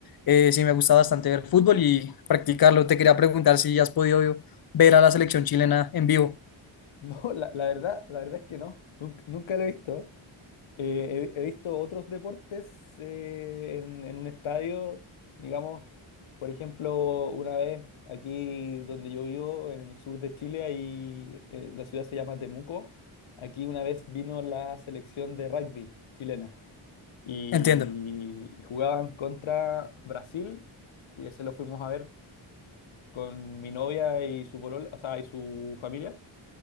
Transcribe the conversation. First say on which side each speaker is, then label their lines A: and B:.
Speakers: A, on the left (about 45°); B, on the left (about 70°).
A: eh, sí me gusta bastante ver fútbol y practicarlo. Te quería preguntar si has podido ver a la selección chilena en vivo.
B: No, la, la verdad, la verdad es que no, nunca, nunca lo he visto. Eh, he, he visto otros deportes eh, en, en un estadio, digamos, por ejemplo, una vez aquí donde yo vivo, en el sur de Chile, ahí, eh, la ciudad se llama Temuco, aquí una vez vino la selección de rugby chilena y,
A: Entiendo.
B: y jugaban contra Brasil y ese lo fuimos a ver con mi novia y su polola, o sea, y su familia.